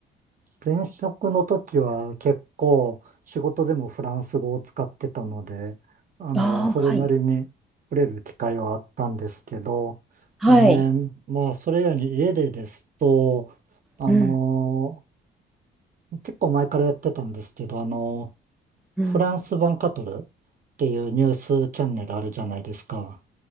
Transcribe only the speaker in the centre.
ああ、
はい。はい。
うん、
うん。